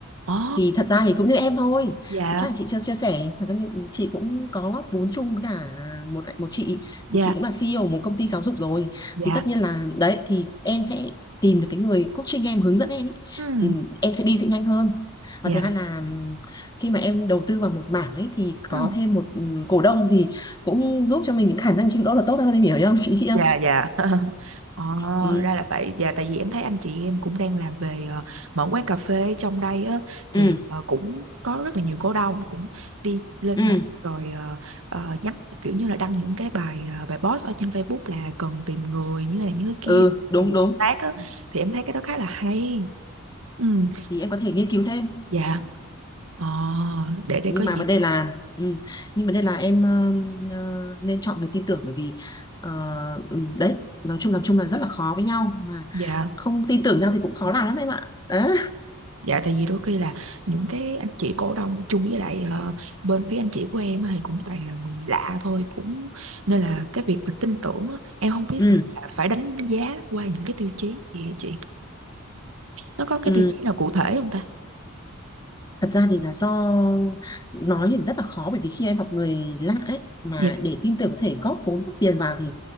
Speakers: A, on the right; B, on the left.
A: ồ
B: thì thật ra thì cũng như em thôi
A: dạ
B: thì chắc là chị chưa chia sẻ thật ra thì chị cũng có góp vốn chung với cả một một chị
A: dạ
B: thì chị cũng là CEO một công ty giáo dục rồi
A: dạ
B: thì tất nhiên là đấy thì em sẽ tìm được cái người coaching em hướng dẫn em ý.
A: ừ
B: thì em sẽ đi sẽ nhanh hơn và
A: dạ
B: thứ hai là ừm, khi mà em đầu tư vào một mảng ấy thì có
A: ừ.
B: thêm một ừm, cổ đông thì cũng giúp cho mình những khả năng chịu lỗ là tốt hơn em hiểu không chị chị không
A: dạ dạ <laughs> ờ,
B: ừ
A: ra là vậy dạ tại vì em thấy anh chị em cũng đang làm về ờ, mở quán cà phê trong đây á thì
B: ừ
A: ờ, cũng có rất là nhiều cổ đông cũng đi lên
B: ừ
A: mạng rồi ờ, ờ, nhắn kiểu như là đăng những cái bài ờ, bài post ở trên Facebook là cần tìm người như thế này như thế kia
B: ừ đúng
A: cùng
B: đúng
A: hợp tác á thì em thấy cái đó khá là hay ừ.
B: thì em có thể nghiên cứu thêm
A: dạ ờ, để để
B: nhưng
A: có
B: mà
A: gì
B: vấn đề là ừ, nhưng vấn đề là em ờ, ờ, nên chọn người tin tưởng bởi vì ờ, ừ, đấy nói chung nói chung là rất là khó với nhau mà
A: dạ
B: không tin tưởng nhau thì cũng khó làm lắm em ạ đấy
A: Dạ tại vì đôi khi là những cái anh chị cổ đông chung với lại ờ, bên phía anh chị của em á thì cũng toàn là người lạ thôi cũng nên là cái việc mà tin tưởng á, em không biết
B: ừ,
A: là phải đánh giá qua những cái tiêu chí gì hả chị nó có cái
B: ừ.
A: tiêu chí nào cụ thể không ta
B: thật ra thì là do nói thì rất là khó bởi vì khi em gặp người lạ ấy mà
A: Dạ.
B: để tin tưởng có thể góp vốn góp tiền vào thì